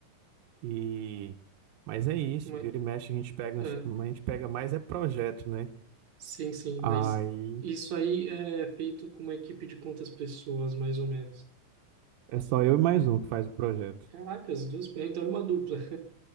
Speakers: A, on the right; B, on the right.
A: E... Mas é isso,
B: Mas,
A: vira e mexe, a gente pega,
B: ah,
A: a gente pega mais é projeto, né?
B: sim, sim, mas
A: Aí
B: isso aí é feito com uma equipe de quantas pessoas, mais ou menos?
A: É só eu e mais um que faz o projeto.
B: Caracas,
A: <laughs>
B: duas, pe- então é uma dupla. <laughs>